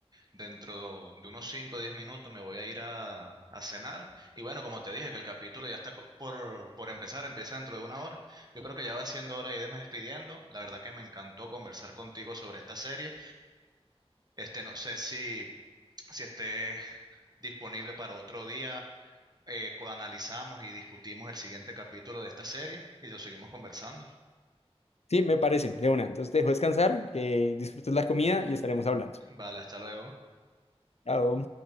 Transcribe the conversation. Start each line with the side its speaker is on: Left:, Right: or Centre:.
Right: Dentro de unos cinco o 10 minutos me voy a ir a, a cenar. Y bueno, como te dije, que el capítulo ya está co- por, por empezar, empieza dentro de una hora. Yo creo que ya va siendo hora de irme despidiendo. La verdad que me encantó conversar contigo sobre esta serie. Este, no sé si, si esté disponible para otro día. Eh, co- analizamos y discutimos el siguiente capítulo de esta serie y lo seguimos conversando.
Left: Sí, me parece, de una. Entonces te dejo descansar, que disfrutes la comida y estaremos hablando.
Right: Vale, hasta luego.
Left: Chao.